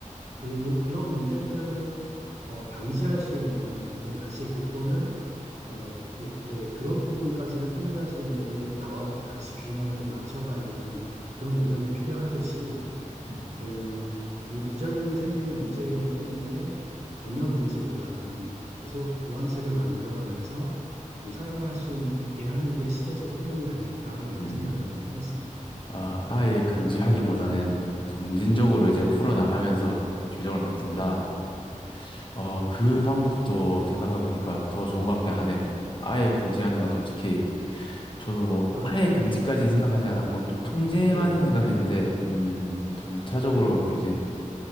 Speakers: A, on the right (about 55°); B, on the left (about 40°).
A: 그, 그런 문제들을 어, 방지할 수 있는 그런 다시 교권을 어, 뭐 이렇게 그런 부분까지는 통제할 수 있는 이런 게 나와줘서 다시 균형을 좀 맞춰가는 그런 노력이 필요하듯이
B: 음,
A: 예, 이 부작용이 생기는 문제 때문에 전면 금지보다는 계속 보완책을 만들어가면서 좀 사용할 수 있- 있게 하는 게 시대적 흐름이 아닐까 뭐 이런
B: 음,
A: 생각을 좀 해봤습니다.
B: 아, 아예 금지하기보다는 점진적으로
A: 예,
B: 이제 풀어나가면서 규정을 만든다.
A: 예.
B: 어, 그 방법도 생각해보니까 더 좋은 것 같긴 하네요. 아예 금지하는
A: 예.
B: 건 솔직히 저도 뭐
A: 그러니까,
B: 아예 금지까지 생각하지 않았고 좀 통제만
A: 예.
B: 생각을 했는데 음, 점차적으로 규제